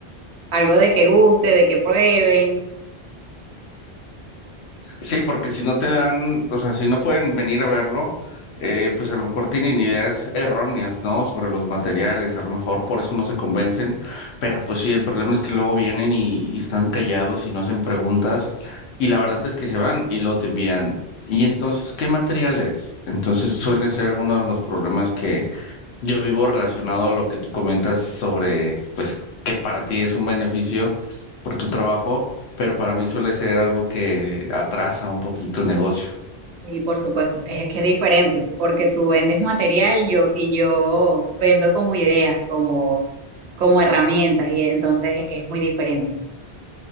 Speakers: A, on the right; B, on the left.
A: algo de que guste, de que prueben,
B: Sí, porque si no te dan, o sea, si no pueden venir a verlo, eh, pues a lo mejor tienen ideas erróneas, ¿no? Sobre los materiales, a lo mejor por eso no se convencen, pero pues sí, el problema es que luego vienen y, y están callados y no hacen preguntas y la verdad es que se van y luego te envían. Y entonces, ¿qué materiales? Entonces suelen ser algunos de los problemas yo vivo relacionado a lo que tú comentas sobre, pues, que para ti es un beneficio por tu trabajo, pero para mí suele ser algo que atrasa un poquito el negocio.
A: Sí, por supuesto. Es que es diferente, porque tú vendes material yo, y yo vendo como ideas, como, como herramientas, y entonces es muy diferente.